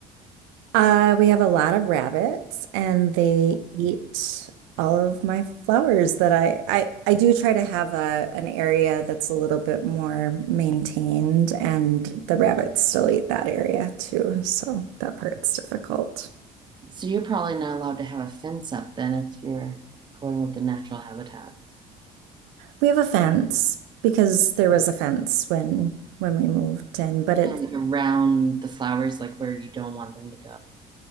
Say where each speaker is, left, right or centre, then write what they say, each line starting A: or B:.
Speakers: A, on the right; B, on the right.
A: Uh, we have a lot of rabbits and they eat all of my flowers that I I, I do try to have a an area that's a little bit more maintained and the rabbits still eat that area too, so that part's difficult.
B: So you're probably not allowed to have a fence up then if you're going with the natural habitat
A: We have a fence because there was a fence when when we moved in, but it
B: and like, around the flowers, like where you don't want them to